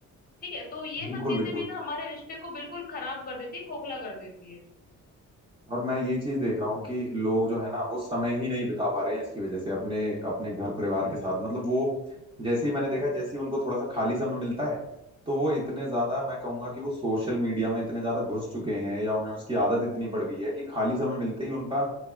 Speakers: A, on the left; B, on the right.
A: ठीक है तो ये
B: बिल्कुल
A: सब चीजें
B: बिल्कुल
A: भी ना हमारे रिश्ते को बिल्कुल खराब कर देती है खोखला कर देती
B: और मैं ये चीज देख रहा हूँ कि लोग जो है ना वो समय ही नहीं बिता पा रहे हैं इसकी वजह से अपने अपने घर परिवार के साथ मतलब वो जैसे ही मैंने देखा जैसे ही उनको थोड़ा सा खाली समय मिलता है तो वो इतने ज्यादा मैं कहूंगा कि वो सोशल मीडिया में इतने ज्यादा घुस चुके हैं या उन्हें उसकी आदत इतनी पड़ गई है कि खाली समय मिलते ही उनका